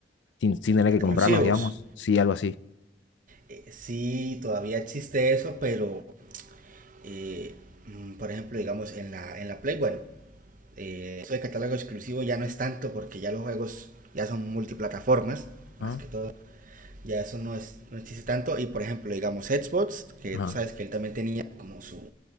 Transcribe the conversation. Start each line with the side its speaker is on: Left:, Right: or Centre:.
Left: sin, sin tener
Right: Exclusivos.
Left: que comprarlos, digamos. Sí, algo así.
Right: Eh, sí, todavía existe eso, pero eh, mm, por ejemplo, digamos, en la, en la Play, bueno, eh, eso de catálogo exclusivo ya no es tanto porque ya los juegos ya son multiplataformas,
Left: ajá
Right: más que todo Ya eso no, es, no existe tanto. Y por ejemplo, digamos Xbox, que
Left: ajá,
Right: tú sabes que él también tenía como su,